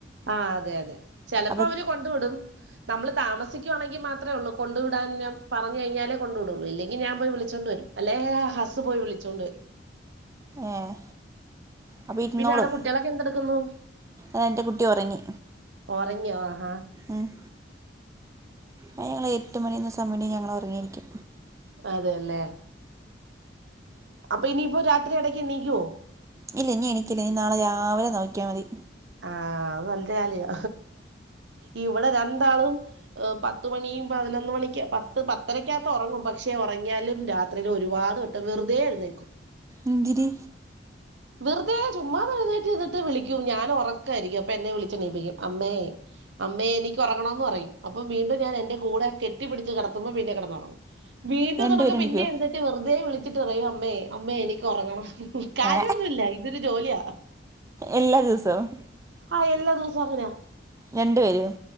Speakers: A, on the right; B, on the right.
A: ആ അതെ അതെ ചെലപ്പൊ
B: അപ്പോൾ
A: അവര് കൊണ്ട് വിടും നമ്മള് താമസിക്കുവാണെങ്കിൽ മാത്രേ ഒള്ളൂ കൊണ്ടു വിടാന് ഞാൻ പറഞ് കഴിഞ്ഞാലെ കൊണ്ട് വിടൊള്ളൂ ഇല്ലെങ്കിൽ ഞാൻ പോയി വിളിച്ചോണ്ട് വരും അല്ലേ ഹസ് പോയി വിളിച്ചോണ്ട് വരും
B: ഏഹ് അപ്പൊ ഇരുന്നോളും
A: പിന്നെ അവിടെ കുട്ടികളൊക്കെ എന്തെടുക്കുന്നു
B: ഏ എന്റെ കുട്ടി ഒറങ്ങി
A: ഉറങ്ങിയോ ആഹാ
B: ഏഹ് അത് ഞങ്ങൾ എട്ട് മണി എന്ന സമയണ്ടെങ്കിൽ ഞങ്ങൾ ഒ റങ്ങിയിരിക്കും
A: അതെ യല്ലേ അപ്പൊ ഇനിയിപ്പോ രാത്രി ഇടയ്ക്ക് എണ്ണീക്കുവൊ
B: ഇല്ല ഇനി എണീക്കില്ല ഇനി നാളെ രാവിലെ നോക്കിയാൽ മതി
A: ആഹ അത് നല്ലൊരു കാര്യാ ഇവിടെ രണ്ടാളും പത്ത്മണിയും പതിനൊന്ന് മണിക്ക് പത്ത് പത്തരക്കകത്ത് ഒറങ്ങും പക്ഷെ ഉറങ്ങിയാലും രാത്രിയില് ഒരുപാട് വട്ടം വെറുതെ എഴുന്നേക്കും
B: എന്തിന്
A: വെറുതെ ചുമ്മാതെഴുന്നേറ്റ് നിന്നിട്ട് വിളിക്കും ഞാൻ ഉറക്കായിരിക്കും അപ്പൊ എന്നെ വിളിച്ചെണീപ്പിക്കും അമ്മേ അമ്മേ എനിക്ക്‌ ഉറങ്ങണംന്ന് പറയും അപ്പം വീണ്ടും ഞാൻ എന്റെ കൂടെ കെട്ടി പിടിച്ച് കിടത്തുമ്പോ പിന്നെ കിടന്നൊറ ങ്ങും വീണ്ടും
B: രണ്ടുപേരും
A: ഇത്കണക്ക് പിന്നെ
B: എണീക്കുമോ
A: എഴുന്നേറ്റ് വെറുതെ വിളിച്ചിട്ട് പറയും അമ്മേ അമ്മേ എനിക്ക് ഉറങ്ങണം കാര്യോന്നുഇല്ല
B: ഏ
A: ഇതൊരു ജോലിയാ
B: എല്ലാ ദിവസവും
A: ആഹ എല്ലാ ദിവസവും അങ്ങനെയ
B: രണ്ട് പേരും